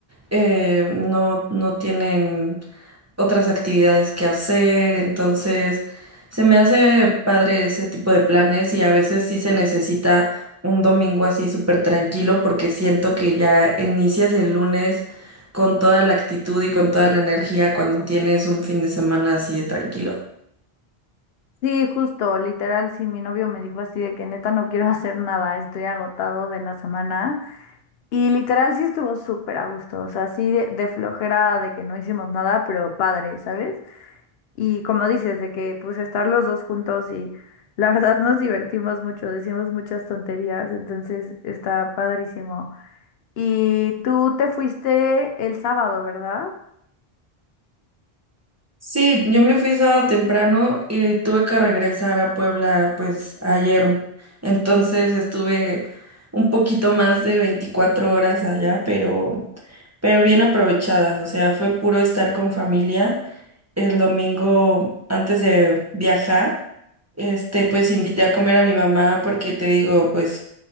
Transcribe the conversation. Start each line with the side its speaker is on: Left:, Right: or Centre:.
Right: eh, no, no tienen otras actividades que hacer, entonces se me hace padre ese tipo de planes y a veces sí se necesita un domingo así súper tranquilo porque siento que ya inicias el lunes con toda la actitud y con toda la energía cuando tienes un fin de semana así de tranquilo.
Left: Sí, justo, literal, sí, mi novio me dijo así de que neta no quiero <laughs> hacer nada, estoy agotado de la semana. Y literal sí estuvo súper a gusto, o sea, sí de, de flojera de que no hicimos nada, pero padre, ¿sabes? Y como dices, de que pues estar los dos juntos y la verdad nos divertimos mucho, decimos muchas tonterías, entonces está padrísimo. Y tú te fuiste el sábado, ¿verdad?
Right: Sí, yo me fui sábado temprano y tuve que regresar a Puebla pues ayer. Entonces estuve un poquito más de 24 horas allá, pero pero bien aprovechadas, o sea, fue puro estar con familia. El domingo antes de viajar, este pues invité a comer a mi mamá porque te digo, pues